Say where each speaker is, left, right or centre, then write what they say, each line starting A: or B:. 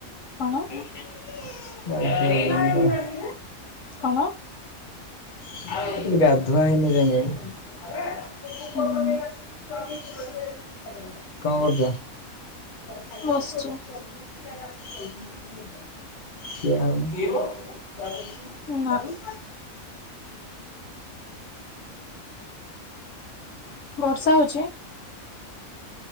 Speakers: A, on the left; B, on the left.
A: କଣ?
B: <unintelligible>
A: କଣ?
B: ଗାଧୁଆ ହେଇନି
A: ହୁଁ ହୁଁ
B: ଏ ଯାଏଁ।
A: ବସିଛି
B: କଣ କରୁଛ? <unintelligible>
A: ନା
B: <unintelligible> <inaudible>
A: ବର୍ଷା ହଉଛି